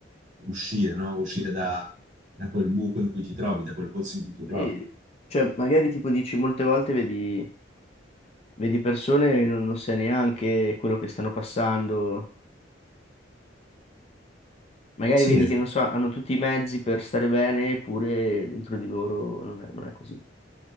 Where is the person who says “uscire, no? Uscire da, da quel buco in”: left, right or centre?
Right